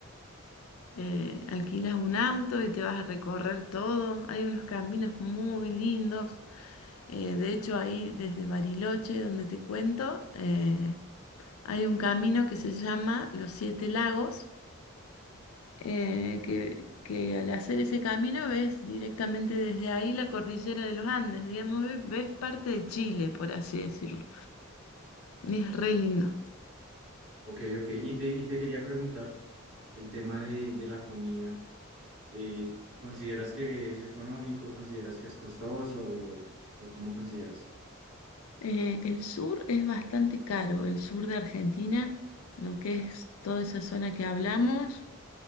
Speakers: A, on the left; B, on the right.
A: Eh, alquilas un auto y te vas a recorrer todo. Hay unos caminos muy lindos. Eh, de hecho, ahí desde Bariloche, donde te cuento, eh, Hay un camino que se llama Los Siete Lagos, eh, que, que al hacer ese camino ves directamente desde ahí la cordillera de los Andes, digamos, ve- ves, parte de Chile, por así decirlo. Es re lindo.
B: Ok, ok. Y te, y te quería preguntar el tema de, de la comida. eh, ¿consideras que es económico? ¿Consideras que es costoso? ¿O, o cómo consideras?
A: Eh, el sur es bastante caro, el sur de Argentina, lo que es toda esa zona que hablamos,